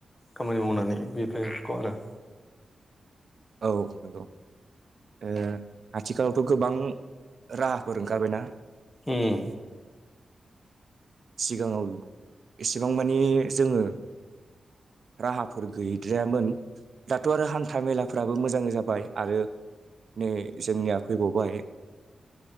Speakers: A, on the left; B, on the right.
A: खामानि मावनानै बेफोरखौ आरो
B: औ नंगौ ओ आथि थिखालावथ' गोबां राहाफोर ओंखारबायना
A: ओम
B: सिगाङाव एसेबां मानि जोङो राहाफोर गैद्रायामोन दाथ' आरो हान्था मेलाफ्राबो मोजां जाबाय आरो नै जोंनिया फैबावबाय